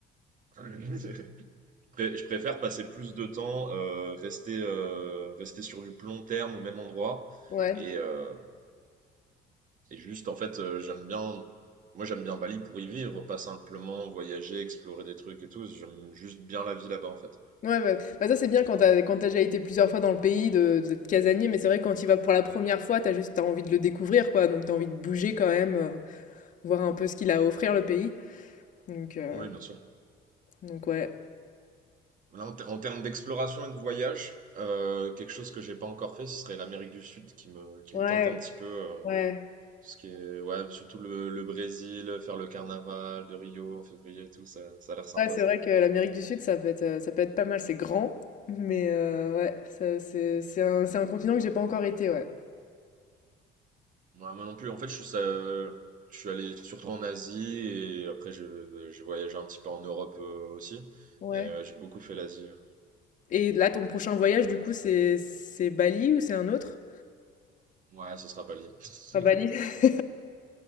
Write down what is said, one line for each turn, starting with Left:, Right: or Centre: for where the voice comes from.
Right: <laughs> Pré- Je préfère passer plus de temps, euh, rester, euh, rester sur du plus long terme au même endroit.
Left: Ouais.
Right: Et, euh, et juste, en fait, euh, j'aime bien, moi j'aime bien Bali pour y vivre, pas simplement voyager, explorer des trucs et tout. J'aime juste bien la vie là-bas, en fait.
Left: Ouais, bah, bah, ça c'est bien quand t'as quand t'as déjà été plusieurs fois dans le pays de d'être casanier, mais c'est vrai que quand tu vas pour la première fois, t'as juste t'as envie de le découvrir quoi, donc t'as envie de bouger quand même, euh, voir un peu ce qu'il a à offrir le pays. Donc, heu,
Right: Oui, bien sûr.
Left: donc ouais.
Right: Voilà, en, ter- en termes d'exploration et de voyage, euh, quelque chose que j'ai pas encore fait, ce serait l'Amérique du Sud qui me, qui
Left: Ouais,
Right: me tente un petit peu. euh,
Left: ouais.
Right: Parce que, ouais, surtout le, le Brésil, faire le carnaval de Rio en février et tout, ça, ça a l'air sympa,
Left: Ouais, c'est
Right: ça.
Left: vrai que l'Amérique du Sud, ça peut être, heu, ça peut être pas mal. C'est grand, mais heu, ouais, ça c'est c'est un c'est un continent que j'ai pas encore été, ouais.
Right: Moi, moi non plus, en fait, je suis, euh, je suis allé surtout en Asie et après, je- j'ai voyagé un petit peu en Europe euh, aussi.
Left: Ouais.
Right: Mais euh, j'ai beaucoup fait l'Asie. Ouais,
Left: Et là, ton prochain voyage, du coup, c'est c'est Bali ou c'est un autre?
Right: Ouais, ce sera Bali. <laughs>
Left: À Bali. <laughs>